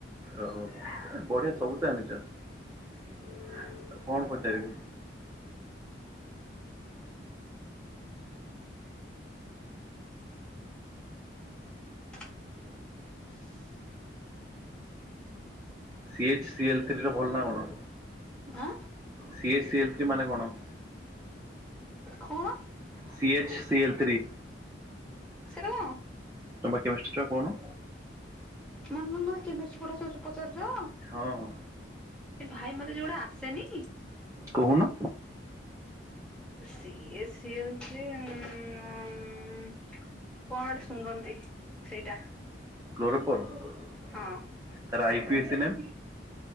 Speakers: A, on the right; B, in the centre.
A: ଓ ବଢିଆ ସବୁ ତ ଆଣିଚ। ଆଉ କଣ ପଚାରିବି?
B: <inaudible>
A: ସିଏଚ୍ ସିଏଲ୍ ଥ୍ରୀର ଭଲ ନାଁ କଣ?
B: ଆଁ?
A: ସିଏ ସିଏଲ୍ ଥ୍ରି ମାନେ କଣ?
B: କଣ?
A: C H C L three.
B: ସେଟା କଣ?
A: ତମେ ବା କେମିଷ୍ଟ୍ର ଛୁଆ କହୁନ।
B: ମାନ୍ ତମେ ମତେ କେମିଷ୍ଟ୍ରୀ ପାଠ <unintelligible> ପଚାରୁଚ?
A: ହଁ-ହଁ।
B: ଏ ଭାଇ ମତେ ଯୋଉ ଗୋଟା ଆସେନି
A: କହୁନ?
B: C H C L three ଉଁ କଣ ଗୋଟେ ଶୁଙ୍ଘନ୍ତି ସେଇଟା।
A: <unintelligible>
B: ହଁ।
A: ତାର ଆଇ ପି <unintelligible> ନେମ୍?